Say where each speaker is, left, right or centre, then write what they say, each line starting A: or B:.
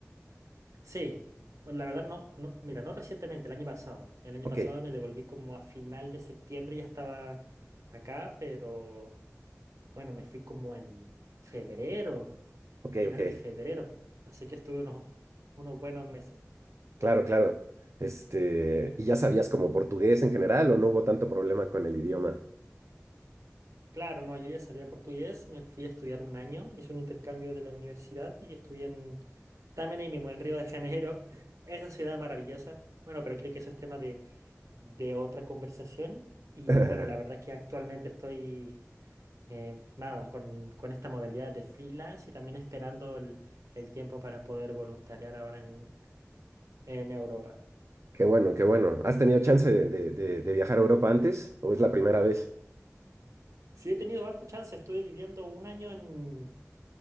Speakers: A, on the right (about 80°); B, on the right (about 60°).
A: sí, bueno, la verdad no, no, mira, no recientemente, el año pasado. El año
B: Ok,
A: pasado me devolví como a final de septiembre, ya estaba acá, pero bueno, me fui como en febrero,
B: ok,
A: final
B: ok.
A: de febrero. Así que estuve unos, unos buenos meses.
B: Claro, claro. Este, ¿y ya sabías como portugués en general o no hubo tanto problema con el idioma?
A: Claro, no, yo ya sabía portugués, me fui a estudiar un año, hice un intercambio de la universidad y estudié en, también ahí mismo, en Río de Janeiro, <laughs> esa ciudad maravillosa. Bueno, pero creo que eso es tema de, de otra conversación. Y
B: <laughs>
A: bueno, la verdad es que actualmente estoy, eh, nada, con, con esta modalidad de freelance y también esperando el, el tiempo para poder voluntariar ahora en, en Europa.
B: Qué bueno, qué bueno. ¿Has tenido chance de, de- de- de viajar a Europa antes o es la primera vez?
A: Sí, he tenido harta chance, estoy viviendo un año en